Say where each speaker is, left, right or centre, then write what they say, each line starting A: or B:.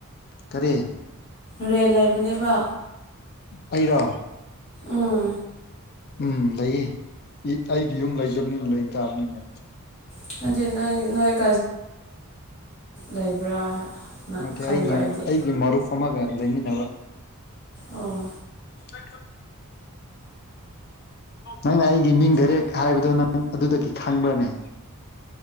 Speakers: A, on the left; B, on the left.
A: ꯀꯔꯤ
B: ꯔꯦꯜ ꯂꯩꯕꯅꯦꯕ
A: ꯑꯩꯔꯣ
B: ꯎꯝ
A: ꯎꯝ ꯂꯩꯌꯦ ꯑꯩꯒꯤ ꯌꯨꯝ ꯂꯩꯇꯕꯅꯤꯅ ꯂꯩ ꯇꯥꯕꯅꯤꯅꯦ
B: ꯅ ꯂꯩꯕ꯭ꯔꯥꯅ
A: ꯃ
B: ꯈꯟꯕ
A: ꯑꯩꯒꯤ
B: ꯑꯩꯗꯤ
A: ꯑꯩꯒꯤ ꯃꯔ ꯊꯃꯒ ꯃꯤꯟꯕ
B: ꯑꯣ
A: ꯃ ꯅꯪꯅ ꯑꯩꯒꯤ ꯃꯤꯡ ꯗꯥꯏꯔꯦꯛ ꯍꯥꯏꯕꯗꯣ ꯅꯪ ꯑꯗꯨꯗꯒꯤ ꯐꯪꯕꯅꯦ